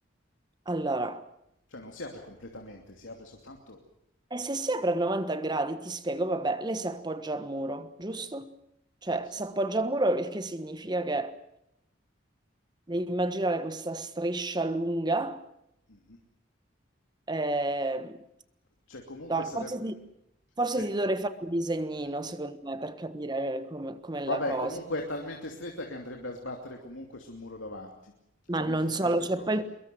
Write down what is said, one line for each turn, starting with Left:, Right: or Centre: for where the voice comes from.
Right: Allora,
Left: Cioè non si apre completamente, si apre soltanto...
Right: e se si apre a 90 gradi, ti spiego, vabbè, lei si appoggia al muro, giusto? Cioè,
Left: Sì.
Right: si appoggia al muro, il che significa che devi immaginare questa striscia lunga.
Left: Mhm.
Right: eh,
Left: Cioè comunque
Right: no,
Left: sarebbe...
Right: forse ti, forse
Left: è
Right: ti
Left: t-
Right: dovrei fare un disegnino,
Left: eh.
Right: secondo me, per capire come com'è
Left: Vabbè,
Right: la cosa.
Left: comunque è talmente stretta che andrebbe a sbattere comunque sul muro davanti. È
Right: Ma
Left: talmente
Right: non
Left: stretto
Right: solo,
Left: il
Right: cioè
Left: coso.
Right: poi il-